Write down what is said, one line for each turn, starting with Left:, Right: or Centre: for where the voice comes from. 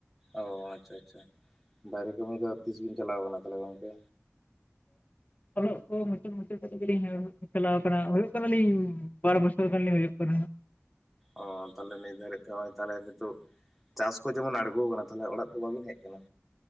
Centre: ᱚᱻ ᱟᱪᱷᱟ ᱟᱪᱷᱟ ᱵᱷᱟᱨᱤ ᱠᱟᱹᱢᱤ ᱫᱚ ᱛᱤᱥ ᱵᱤᱱ ᱪᱟᱞᱟᱣ ᱠᱟᱱᱟ ᱟᱠᱟᱱᱟ ᱛᱟᱦᱚᱞᱮ ᱜᱚᱝᱠᱮ
Left: ᱚᱞᱚᱜ ᱠᱚ ᱢᱩᱪᱟᱹᱫ ᱢᱩᱪᱟᱹᱫ ᱠᱟᱛᱮᱜ ᱜᱮᱞᱤᱧ ᱪᱟᱞᱟᱣ ᱟᱠᱟᱱᱟ ᱦᱩᱭᱩᱜ ᱠᱟᱱᱟᱞᱤᱧ ᱵᱟᱨ ᱵᱚᱪᱷᱚᱨ ᱜᱟᱱ ᱞᱮ ᱦᱩᱭᱩᱜ ᱠᱟᱱᱟ ᱦᱟᱸᱜ
Centre: ᱚ ᱛᱟᱞᱦᱮ ᱱᱤᱛ ᱫᱷᱟᱹᱨᱤᱡ ᱛᱮᱦᱚᱸ ᱛᱟᱞᱦᱮ ᱱᱤᱛᱳᱜ ᱪᱟᱥ ᱠᱚ ᱡᱮᱢᱚᱱ ᱟᱬᱜᱚ ᱟᱠᱟᱱᱟ ᱛᱟᱞᱦᱮ ᱚᱲᱟᱜ ᱫᱚ ᱵᱟᱵᱤᱱ ᱦᱮᱡ ᱟᱠᱟᱱᱟ